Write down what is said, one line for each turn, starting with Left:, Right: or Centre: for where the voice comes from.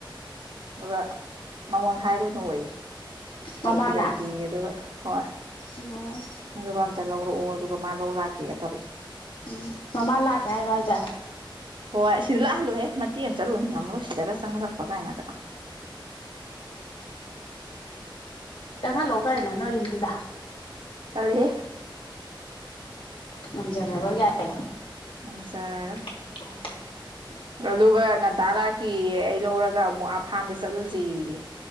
Right: ꯑꯗꯨꯒ ꯃꯉꯣꯟ ꯍꯥꯏꯔꯨꯅꯨ ꯑꯣꯏꯌꯦ
Left: ꯃꯃꯥꯅ
Right: ꯄꯤꯔꯛꯈꯤ ꯑꯗꯨꯒ ꯍꯣꯏ
Left: ꯎꯝ
Right: ꯑꯗꯨꯒ ꯑꯝꯇ ꯂꯧꯔꯛꯑꯣ ꯑꯗꯨꯒ ꯃꯥꯂꯧ ꯂꯥꯛꯀꯦꯒ ꯇꯩ
Left: ꯎꯝ ꯃꯃꯥ ꯂꯥꯛꯀꯦ ꯍꯥꯏꯔꯣ ꯑꯩꯗꯦ
Right: ꯍꯣꯏ ꯁꯤꯗꯤ ꯂꯥꯛꯍꯜꯂꯨꯍꯦ ꯃꯇꯤ ꯑꯃ ꯆꯠꯂꯨꯅꯤ ꯉꯝꯃꯔꯣ ꯁꯤꯗ ꯆꯪꯍꯜꯂꯛꯄ ꯀꯥꯏꯅꯒ
Left: ꯆꯪꯍꯜꯂꯣ ꯀꯩꯅꯣ ꯅꯣꯏ ꯌꯨꯝꯗꯨꯗ
Right: ꯇꯜꯂꯦꯍꯦ
Left: ꯉꯝꯖꯔꯔꯣꯏ ꯌꯥꯏ
Right: ꯉꯝꯆꯔꯔꯣꯏ
Left: <unintelligible>
Right: ꯑꯗꯨꯒ ꯉꯟꯇꯥ ꯂꯥꯛꯀꯦꯌꯦ ꯑꯩ ꯂꯧꯔꯒ ꯑꯃꯨꯛ ꯑꯥ ꯐꯥꯝꯗ ꯆꯠꯂꯨꯖꯦꯌꯦ